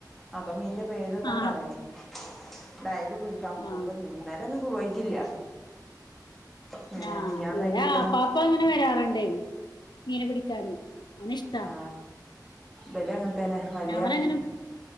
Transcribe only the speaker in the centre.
അപ്പം മീൻ്റെ പേരുംന്നൊക്കെ
അറിയേനി. ഡയലി കുളിക്കാൻ പോവും
ഇപ്പൊ ഇന്നല്യൊന്നും പോയിട്ടില്ല. പിന്നെ
മിനിഞ്ഞാന്ന്
അയിന്റെ
പിറ്റേന്ന്
ആ വെല അങ്ങന തന്നെ വലിയ